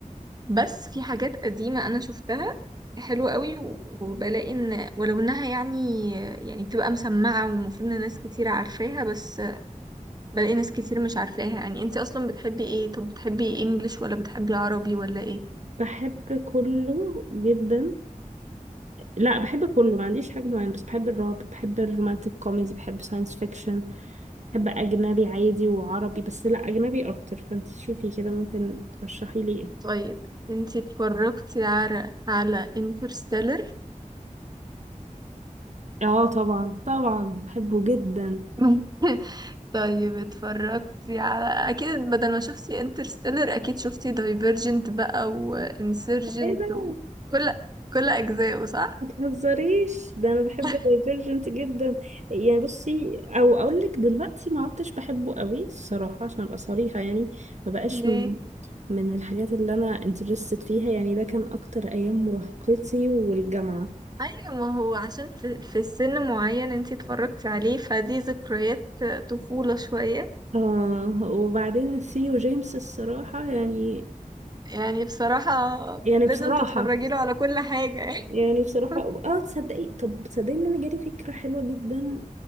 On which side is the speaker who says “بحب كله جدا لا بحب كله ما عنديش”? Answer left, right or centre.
Right